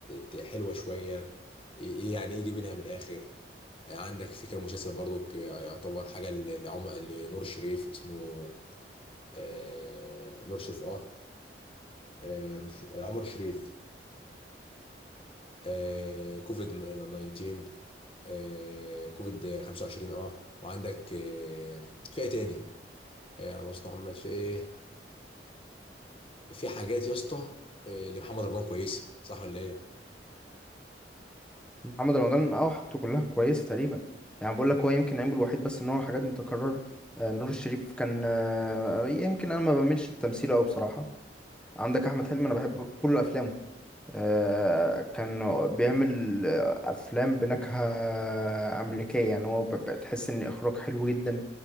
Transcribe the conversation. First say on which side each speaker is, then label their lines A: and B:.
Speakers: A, on the left (about 30°); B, in the centre.
A: ت- حلوه شويه ايه إيه يعني يجي منها من الاخر عندك في كام مسلسل برضك يعتبر حاجه ل- لعمر لنور الشريف اسمه آه نور شريف اه, آه مش- آه، عمر شريف آه كوفيد 19 آه كوفيد 25 اه وعندك آه في ايه تاني آه على مصطفى محمد في ايه في حاجات يا اسطى آه لمحمد رمضان كويسه صح ولا ايه؟
B: محمد رمضان أه حاجته كلها كويسة تقريبا يعني بقول لك هو يمكن عيبه الوحيد بس إن هو حاجات متكررة آه، نور الشريف كان آه، يمكن أنا ما بعملش التمثيل أوي بصراحة عندك احمد حلمي انا بحب كل افلامه آه، كان بيعمل افلام بنكهه امريكيه يعني هو ب- بتحس ان اخراج حلو جدا